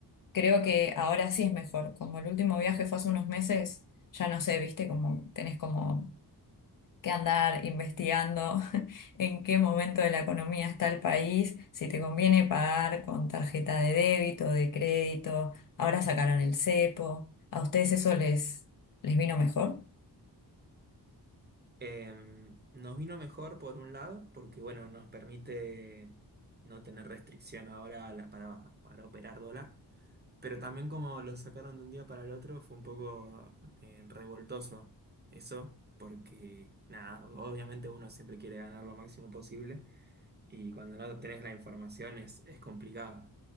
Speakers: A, on the left; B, on the right.
A: Creo que ahora sí es mejor. Como el último viaje fue hace unos meses, ya no sé, viste, como tenés como que andar investigando <laughs> en qué momento de la economía está el país, si te conviene pagar con tarjeta de débito, de crédito, ahora sacaron el cepo, ¿a ustedes eso les, les vino mejor?
B: Eh, nos vino mejor por un lado, porque bueno, nos permite no tener restricción ahora a la- para, para operar dólar. Pero también como lo sacaron de un día para el otro fue un poco eh, revoltoso eso, porque nada, obviamente uno siempre quiere ganar lo máximo posible y cuando no tenés la información es, es complicado.